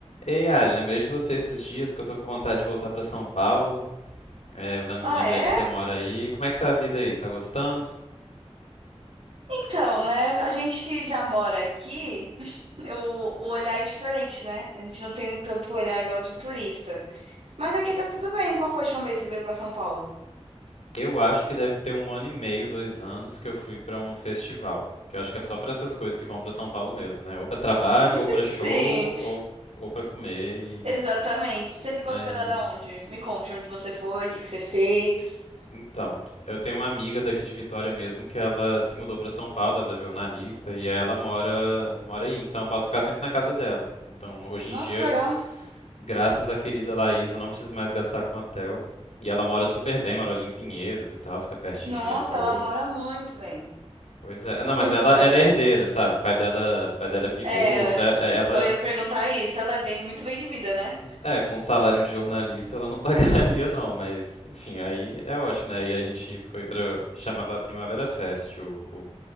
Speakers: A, on the left; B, on the right.
A: Ei, Ari, lembrei de você esses dias que eu tô com vontade de voltar pra São Paulo. É, eu lem-
B: Ah,
A: lembrei
B: é?
A: que você mora aí. Como é que tá a vida aí? Tá gostando?
B: Então, né? A gente que já mora aqui, <laughs> o, o olhar é diferente, né? A gente não tem tanto olhar igual de turista. Mas aqui tá tudo bem. Qual foi a última vez que você veio pra São Paulo?
A: Eu acho que deve ter um ano e meio, dois anos que eu fui pra um festival. Que eu acho que é só pra essas coisas que vão pra São Paulo mesmo, né? Ou pra trabalho,
B: <laughs>
A: ou pra
B: Sim,
A: show, ou, ou pra comer. e-
B: exatamente. Você ficou
A: Mas.
B: hospedada onde? Me conte onde você foi, o que que você fez.
A: Então, eu tenho uma amiga daqui de Vitória mesmo que ela se mudou pra São Paulo, ela é jornalista e aí ela mora mora aí, então eu posso ficar sempre na casa dela. Então, hoje
B: Nossa,
A: em dia
B: que legal.
A: Graças à querida Laís, eu não preciso mais gastar com hotel. E ela mora super bem, mora ali em Pinheiros e tal, fica pertinho
B: Nossa,
A: de metrô.
B: ela mora muito bem.
A: Pois é. Não, mas
B: Muito
A: ela,
B: bem.
A: ela é herdeira, sabe? O pai dela, o pai dela é piloto.
B: É,
A: é- é- Ela,
B: eu ia perguntar
A: com-
B: isso. Ela é bem, muito bem de vida, né?
A: é, com salário de jornalista ela não <laughs> pagaria não, mas enfim, aí é ótimo, né? Aí a gente foi pra, chamava Primavera Fest, o, o